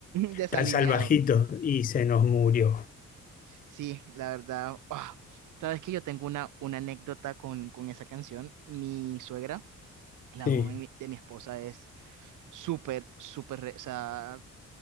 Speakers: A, on the right (about 85°); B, on the left (about 30°).
A: desalineado.
B: tan salvajito. Y se nos murió.
A: Sí, la verdad, ah, Sabes que yo tengo una, una anécdota con, con esa canción. Mi suegra, la
B: Sí,
A: mamá de mi de mi esposa es súper, súper, re- o sea,